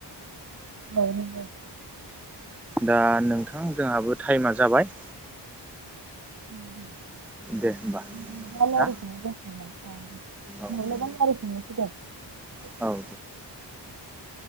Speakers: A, on the right; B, in the centre.
A: <unintelligible>
B: दा नोंथां जोंहाबो टाइमा जाबाय
A: <inaudible>
B: दे होमबा ना
A: <unintelligible>
B: औ दे औ